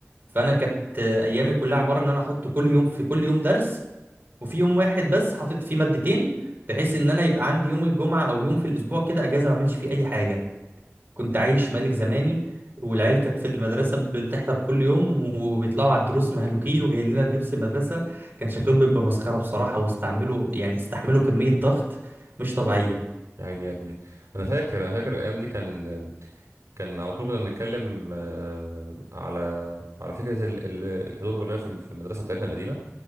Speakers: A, on the right; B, on the right.
A: فانا كانت آه، ايامي كلها عباره ان انا احط كل يوم في كل يوم درس وفي يوم واحد بس حاطط فيه مادتين بحيث ان انا يبقى عندي يوم الجمعه او يوم في الاسبوع كده اجازه ما اعملش فيه اي حاجه كنت عايش ملك زماني والعيال كانت في المدرسه بتحضر كل يوم وبيطلعوا على الدروس مهلوكين وجايين لنا بلبس المدرسه كان شكلهم بيبقى مسخره بصراحه واستعملوا يعني استحملوا كميه ضغط مش طبيعيه
B: عيني يا ابني انا فاكر انا فاكر الايام دي كان كان على طول كنا بنتكلم آه، على على فكره ال- ال- الحضور والغياب في في المدرسه بتاعتنا القديمه